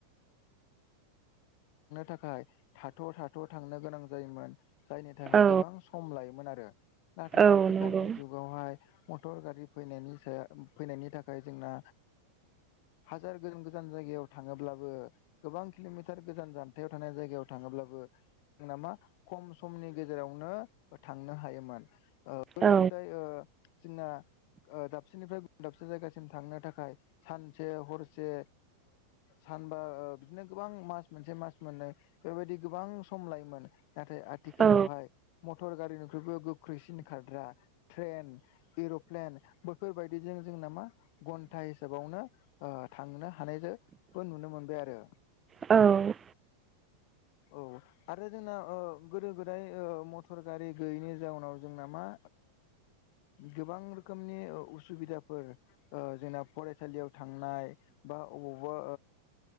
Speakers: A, on the left; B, on the right.
A: थाखाय थाथ' थाथ' थांनो गोनां जायोमोन जायनि थाखाय
B: औ
A: गोबां सम लायोमोन आरो नाथाय
B: औ
A: आथिखालनि
B: नंगौ
A: जु ुगावहाय मटर गारि फैनायनि सायाव फैनायनि थाखाय जोंना हाजार गोजान गोजान जायगायाव थाङोब्लाबो गोबां किल'मिटार गोजान जान हाथायाव थानाय जायगायाव थाङोब्लाबो नामा खम समनि गेजेरावनो थांनो हायोमोन गोदो
B: औ
A: गोदाय जोंना दाबसेनिफ्राय गुबुन दाबसे जायगासिम थांनो थाखाय सानसे हरसे सानबा बिदिनो गोबां मास मोनसे मास मोननाय बेबायदि गोबां सम लायोमोन नाथाय आथिखालावहाय
B: औ
A: मटर गारिनिख्रुइबो गोख्रैसिन खारद्रा ट्रेन एर'प्लेन बैफोरबायदिजों जोंना मा घन्टा हिसाबावनो थांनो हानायजोंबो नुनो मोनबाय आरो
B: औ
A: औ आरो जोंना गोदो गोदाय मथर गारि गैयैनि जाउनाव जोंना मा गोबां रोखोमनि उसुबिदाफोर जोंना फरायसालियाव थांनाय बा अबावबा